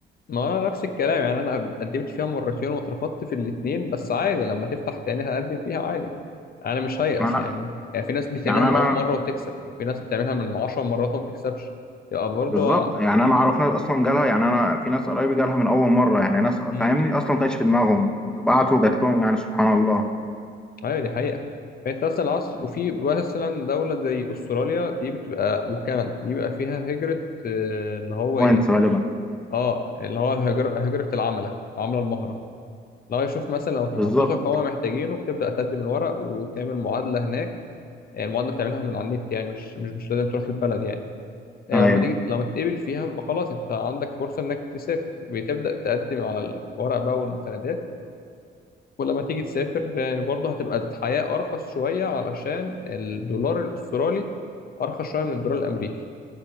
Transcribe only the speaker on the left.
ما انا نفس الكلام يعني انا قدمت فيها مرتين واترفضت في الاتنين بس عادي لما تفتح تاني هقدم فيها عادي انا مش هيأس
يعني
يعني في ناس بتعملها
من
اول مرة وتكسب وفي ناس بتعملها من عشر مرات وما بتكسبش تبقى برضو
امم
ايوه دي حقيقة فانت مثلا عاوز وفي مثلا دولة زي استراليا دي بتبقى وكندا دي بيبقى فيها هجرة آه، اللي هو
ايه
اه اللي هو الهجرة هجرة العملة العملة المهرة لو يشوف مثلا لو تخصصك
هو محتاجينه بتبدأ تقدم الورق وتعمل معادلة هناك آه، المعادلة بتعملها من على النت يعني مش مش مش لازم تروح البلد يعني آه،
ولما تيجي لما تتقبل فيها بيبقى خلاص انت عندك فرصة انك تسافر بتبدأ تقدم على الورق بقى والمستندات ولما تيجي تسافر آه، برضه هتبقى الحياة أرخص شوية علشان الدولار الأسترالي أرخص شوية من الدولار الأمريكي